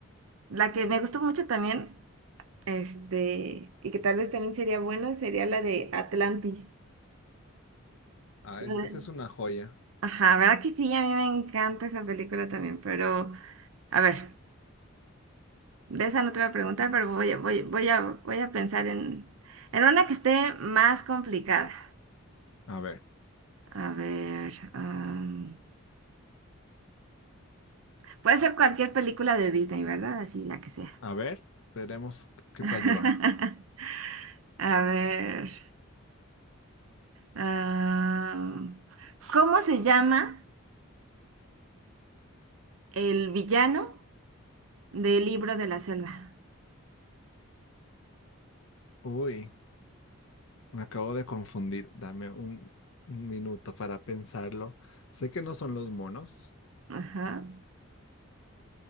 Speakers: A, on the right; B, on the left.
A: la que me gustó mucho también, este, y que tal vez también sería bueno, sería la de Atlantis.
B: Ah,
A: <laughs>
B: es- esa es una joya.
A: Ajá, ¿verdad que sí? A mí me encanta esa película también, pero a ver, de esa no te voy a preguntar, pero voy a, voy, voy a, voy a pensar en, en una que esté más complicada.
B: A ver,
A: A ver, am, puede ser cualquier película de Disney, ¿verdad? Así, la que sea.
B: a ver, veremos qué
A: <laughs>
B: tal me va.
A: A ver, am, ¿cómo se llama el villano del libro de la selva?
B: Uy, me acabo de confundir, dame un, un minuto para pensarlo. Sé que no son los monos.
A: Ajá.